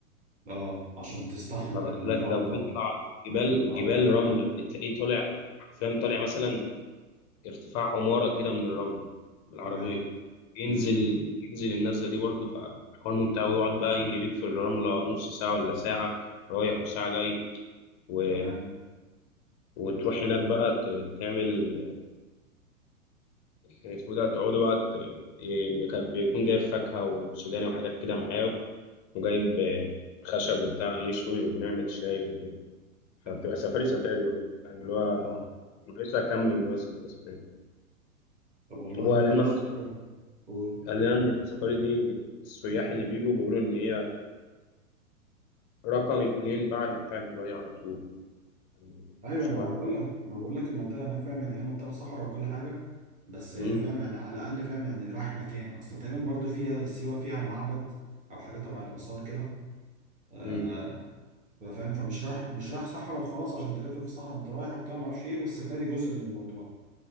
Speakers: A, on the right; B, on the left.
A: أه عشان تستحمل
B: العربيات كلها
A: الرملة
B: كده وبيطلع
A: و...
B: جبال
A: أه
B: جبال رملة يعني تلاقيه طالع حرفيا طالع مثلا ارتفاع عمارة كده من الرملة بالعربية
A: تمام
B: ينزل
A: مم.
B: ينزل النزلة دي برضه فحوار ممتع ويقعد بقى يجري بيك في الرملة نص ساعة ولا ساعة رايح وساعة جاي و...
A: تمام
B: وتروح هناك بقى ت- تعمل اسمه ده تقعدوا بقى ت- إيه، كان بيكون جايب فاكهة وسوداني وحاجات كده معاه وجايب آه، خشب وبتاع يشوي ونعمل شاي وكده فبتبقى
A: تمام
B: سفاري سفاري بقى يعني اللي هو
A: أه
B: ناقصها كام من جواز بتبقى سفاري
A: طب والله
B: هو
A: الموضوع
B: قال لنا
A: شكله
B: أصلا
A: قول
B: قال لنا إن السفاري دي السياح اللي بيجوا بيقولوا إن هي رقم اتنين بعد بتاع دبي على طول يعني
A: ايوه
B: شبه
A: ما بقول لك ما بقول لك المنطقه هناك فاهم يعني هي منطقه صحراء وكل حاجه بس هي
B: مم.
A: فاهم يعني على الاقل فاهم يعني رايح مكان اصل تقريبا برضو فيها سيوه فيها معبد او حاجه تبع الاثار كده آه
B: مم.
A: فاهم فمش رايح مش رايح صحراء وخلاص عشان تلف في الصحراء انت رايح وبتاع ما اعرفش ايه والسفاري جزء من الموضوع